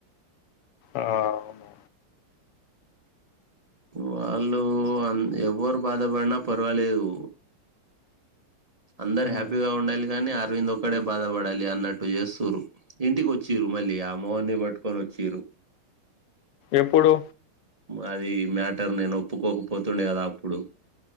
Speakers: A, on the left; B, on the right.
A: ఆ అవును
B: వాళ్ళు
A: ఏం చేస్తాం
B: అం ఎవ్వరు బాధపడిన పర్వాలేదు అందరు
A: హ్మ్
B: హ్యాపీగా ఉండాలి కానీ అరవింద్ ఒక్కడే బాధపడాలి అన్నట్టు చేస్తుండ్రు ఇంటికి వచ్చిండ్రు మళ్ళీ ఆ మోహన్ పట్టుకొని వచ్చిండ్రు
A: ఎప్పుడు
B: అది మ్యాటర్ నేను ఒప్పుకోకపోతుండే గదా అప్పుడు